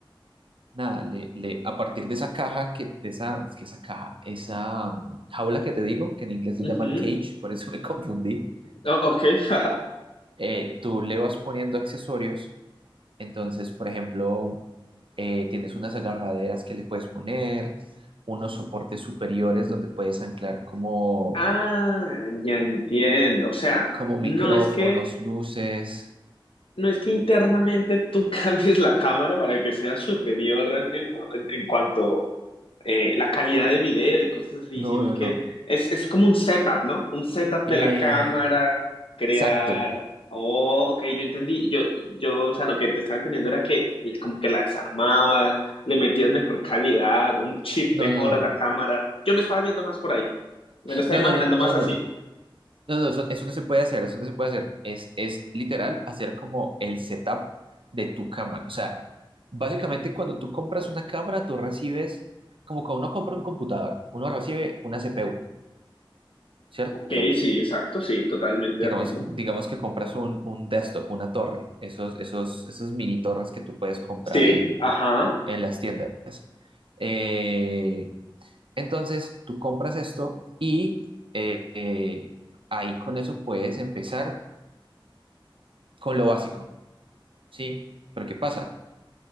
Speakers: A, on the right (about 75°); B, on the left (about 85°).
A: Nada, le, le, a partir de esa caja, que, de esa, es que esa caja, esa mm, jaula que te digo, que en inglés lo
B: Ujú.
A: llaman cage, por eso me <laughs> confundí,
B: O- ok. <laughs>
A: eh, tú le vas poniendo accesorios. Entonces, por ejemplo, eh, tienes unas agarraderas que le puedes poner, unos soportes superiores donde puedes anclar como,
B: Ah, ya entiendo. O sea,
A: como micrófonos,
B: no es que,
A: luces.
B: no es que internamente tú <laughs> cambies la cámara para que sea superior en, en- en cuanto eh, la calidad de video y cosas así,
A: No,
B: sino
A: no,
B: que
A: no.
B: es, es como un setup, ¿no? Un setup
A: Eh,
B: de la cámara, crear...
A: exacto.
B: Oh, ok, yo entendí, yo, yo, o sea, lo que te estaba entendiendo era que como que la desarmabas, le metías mejor calidad, un chip
A: No,
B: mejor
A: no, no.
B: a la cámara. Yo me estaba yendo más por ahí, me lo estaba
A: No,
B: imaginando
A: no, no,
B: más
A: no, no.
B: así.
A: No, no, eso, eso no se puede hacer, eso no se puede hacer. Es, es literal hacer como el setup de tu cámara. O sea, básicamente cuando tú compras una cámara, tú recibes, como cuando uno compra un computador, uno recibe una CPU, ¿cierto?
B: Ok, sí, exacto, sí, totalmente
A: Digamos,
B: de acuerdo.
A: digamos que compras un, un desktop, una torre, esos, esos, esos mini torres que tú puedes comprar
B: Sí,
A: en,
B: ajá,
A: en las tiendas. Eh, entonces, tú compras esto y eh, eh, ahí con eso puedes empezar con lo básico, ¿sí? Pero ¿qué pasa?